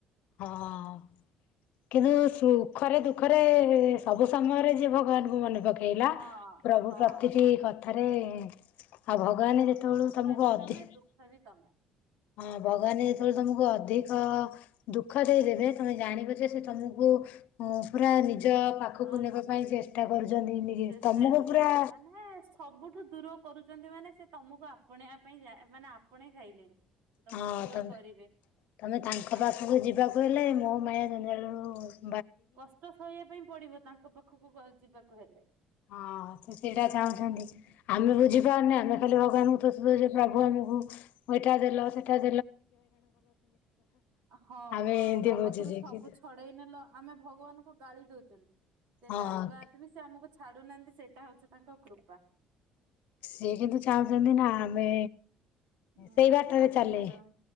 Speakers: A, on the left; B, on the right.
A: ହଁ କିନ୍ତୁ ସୁଖରେ ଦୁଃଖରେ ସବୁ ସମୟରେ ଯିଏ ଭଗବାନଙ୍କୁ ମନେ ପକେଇଲା
B: ହଁ
A: ପ୍ରଭୁ
B: ହଁ
A: ପ୍ରତିଟି କଥାରେ ଆଉ ଭଗବାନ
B: ହଁ
A: ଯେତେବେଳୁ
B: ସୁଖ
A: ତମକୁ
B: ବି
A: ଅଧିକ
B: ତମେ ଦୁଃଖ ବି ତମେ।
A: ହଁ ଭଗବାନ ଯେତେବେଳେ ତମକୁ ଅଧିକ ଦୁଃଖ ଦେଇଦବେ ତମେ ଜାଣିବ ଯେ ସେ ତମକୁ ହଁ ପୁରା ନିଜ
B: ବହୁତ
A: ପାଖକୁ
B: ହଁ
A: ନେବା
B: ହଁ
A: ପାଇଁ ଚେଷ୍ଟା କରୁଛନ୍ତି ନିଜେ
B: ଚେଷ୍ଟା
A: ତମକୁ
B: କରୁଛନ୍ତି
A: ପୁରା
B: ମାନେ ସବୁଠୁ ଦୂର କରୁଛନ୍ତି ମାନେ ସେ ତମକୁ ଆପଣେଇବା ପାଇଁ ଯାଏ ମାନେ ଆପଣେଇ ସାଇଲେଣି। ତମକୁ
A: ହଁ
B: ଦୂର
A: ତମେ
B: କରିବେ
A: ତମେ ତାଙ୍କ
B: ଆଉ
A: ପାଖକୁ ଯିବାକୁ ହେଲେ ମୋହ ମାୟା ଜନ୍ଜାଳରୁ
B: କଷ୍ଟ ସହିବାକୁ ପାଇଁ ପଡିବ ତାଙ୍କ ପାଖକୁ ଯିବାକୁ ହେଲେ।
A: ହଁ ସେ ସେଇଟା ଚାହୁଁଛନ୍ତି ଆମେ ବୁଝିପାରୁନେ ଆମେ ଖାଲି ଭଗବାନଙ୍କୁ ତ ଦୋସୋ ଦୋଉଛେ ପ୍ରଭୁ ଆମକୁ ଏଇଠା ଦେଲ ସେଠା
B: ହଁ-ହଁ
A: ଆମେ ଏମିତି
B: ମୋ
A: ବୁଝୁଛେ
B: ପାଖରୁ ସବୁ
A: କିନ୍ତୁ
B: ଛଡେଇ ନେଲ ଆମେ ଭଗବାନଙ୍କୁ ଗାଳି ଦଉଛି। ସେ
A: ହଁ
B: ଗାଳିବାଦ ବି ସେ ଆମକୁ ଛାଡୁନାହାନ୍ତି ସେଇଟା ହଉଛି ତାଙ୍କ କୃପା।
A: ସିଏ କିନ୍ତୁ ଚାହୁଁଛନ୍ତି ନା ଆମେ
B: ହୁଁ
A: ସେଇ
B: ଆମେ
A: ବାଟରେ
B: ଖୁସିରେ
A: ଚାଲେ
B: ରହୁ